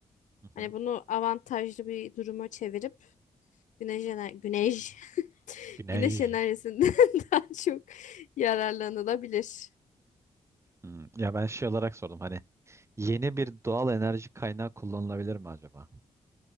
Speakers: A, on the right (about 20°); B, on the left (about 80°).
A: Hı
B: Hani
A: hı.
B: bunu avantajlı bir duruma çevirip güneş ener güneş <laughs>
A: Güneş.
B: güneş enerjisinden <laughs> daha çok yararlanılabilir.
A: Hmm. Ya ben şey olarak sordum hani yeni bir doğal enerji kaynağı kullanılabilir mi acaba?